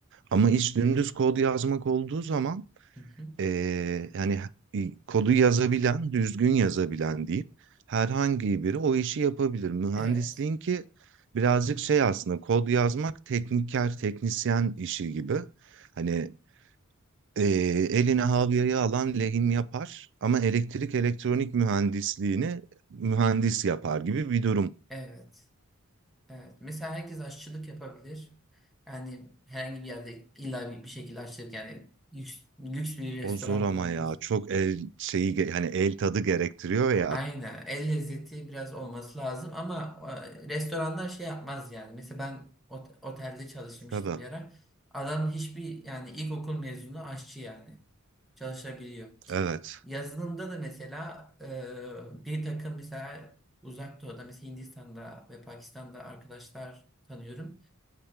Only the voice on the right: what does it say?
Ama iş dümdüz kod yazmak olduğu zaman
eee, yani e, kodu yazabilen düzgün yazabilen değil herhangi biri o işi yapabilir. Mühendisliğin
ki birazcık şey aslında kod yazmak tekniker teknisyen işi gibi. Hani e, eline havyayı alan lehim yapar ama elektrik elektronik mühendisliğini mühendis yapar gibi bir durum.
O zor ama
ya çok el şeyi ge- hani el tadı gerektiriyor ya.
Tabii.
Evet.